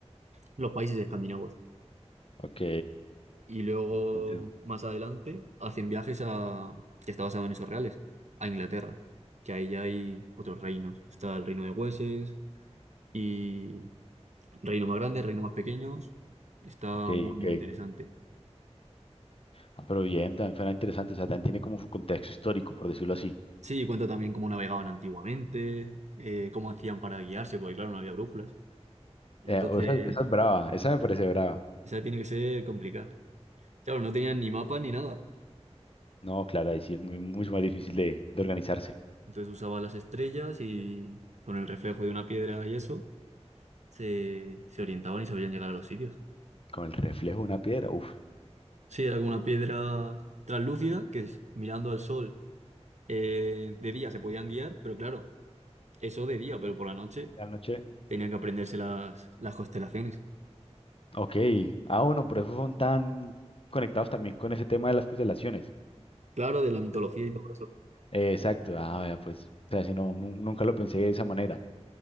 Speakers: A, on the right; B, on the left.
A: los países escandinavos.
B: ok.
A: y luego
B: Entiendo.
A: más adelante hacen viajes a, que está basado en esos reales, a Inglaterra, que ahí ya hay otros reinos. Está el reino de Wessex y reino más grande, reino más pequeños. Está
B: Ok,
A: muy,
B: ok.
A: muy interesante.
B: Ah, pero bien, también suena interesante. O sea, también tiene como su contexto histórico, por decirlo así.
A: Sí, cuenta también cómo navegaban antiguamente, eh, cómo hacían para guiarse, porque claro, no había brújulas. Entonces,
B: Eh, o esa, esa es brava, esa me parece brava.
A: esa tiene que ser complicada. Claro, no tenían ni mapa ni nada.
B: No, claro, ahí sí es muy, mucho más difícil de, de organizarse.
A: Entonces usaban las estrellas y con el reflejo de una piedra y eso se, se orientaban y sabían llegar a los sitios.
B: Con el reflejo de una piedra, uff,
A: Sí, era como una piedra translúcida que es- mirando al sol eh, de día se podían guiar, pero claro, eso de día, pero por la noche
B: la noche.
A: tenían que aprenderse las, las constelaciones.
B: Ok. Ah, bueno, por eso son tan conectados también con ese tema de las constelaciones.
A: Claro, de la mitología y todo eso.
B: Eh, exacto, ah, vea, pues, o sea, si no, nun- nunca lo pensé de esa manera.